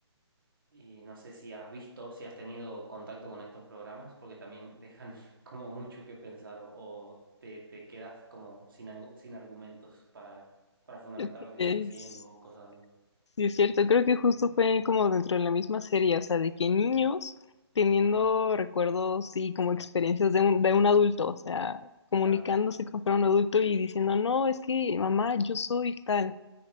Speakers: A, on the right (about 50°); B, on the left (about 75°).
A: Y no sé si has visto, si has tenido contacto con estos programas, porque también dejan <laughs> como mucho que pensar o, o te, te quedas como sin, angu- sin argumentos para, para fundamentar
B: <laughs>
A: lo que
B: Es.
A: están diciendo o cosas así.
B: Sí, es cierto, creo que justo fue como dentro de la misma serie, o sea, de que niños teniendo
A: Ujú,
B: recuerdos y como experiencias de un, de un adulto, o sea, comunicándose
A: Claro,
B: con fuera un adulto y diciendo, no, es que mamá, yo soy tal,